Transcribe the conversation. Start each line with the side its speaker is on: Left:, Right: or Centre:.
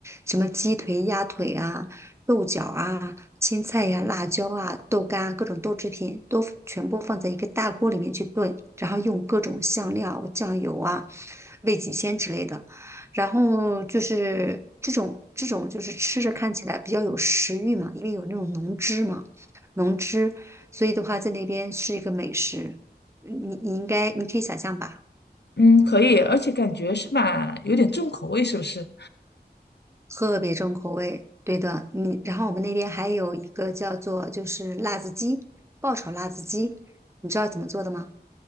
Right: 什么鸡腿、鸭腿啊、豆角啊、青菜呀、辣椒啊、豆干啊、各种豆制品都全部放在一个大锅里面去炖，然后用各种香料、酱油啊、味极鲜之类的，然后就是这种这种就是吃着看起来比较有食欲嘛，因为有那种浓汁嘛。能吃，所以的话在那边是一个美食，你你应该你可以想象吧，
Left: 嗯，可以，而且感觉是蛮有点重口味，是不是？
Right: 特别重口味。对的，你然后我们那边还有一个叫做就是辣子鸡，爆炒辣子鸡，你知道怎么做的吗？